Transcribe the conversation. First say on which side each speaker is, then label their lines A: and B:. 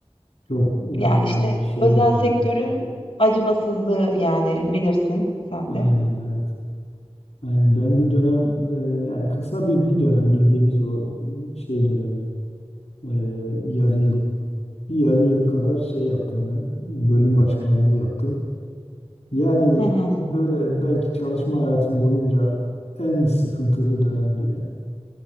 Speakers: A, on the left; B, on the left.
A: çok
B: Yani işte,
A: e, şey
B: özel
A: bir dönem.
B: sektörün acımasızlığı, yani, bilirsin sen
A: Aynen
B: de.
A: evet. Yani ben bir dönem e, yani kısa bir bir dönem bildiğimiz o e, şey dönemi e, yarı yıl bir yarı yıl kadar şey yaptım ben bölüm başkanlığı yaptım. Yani
B: Hı hı.
A: böyle belki çalışma hayatım boyunca en sıkıntılı dönemdi yani.